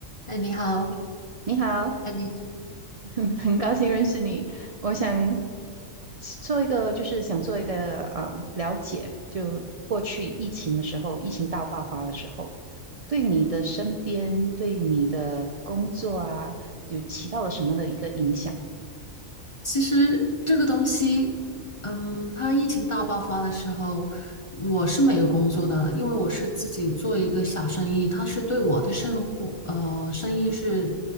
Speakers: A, on the left; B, on the right.
A: 哎，你好，
B: 你好，
A: 哎，你
B: <laughs> 很很高兴认识你。我想做一个，就是想做一个嗯了解，就过去疫情的时候，疫情大爆发的时候，对你的身边，对你的工作啊，有起到了什么的一个影响？
A: 其实这个东西，嗯，它疫情大爆发的时候，我是没有工作的，因为我是自己做一个小生意，它是对我的生活，呃，生意是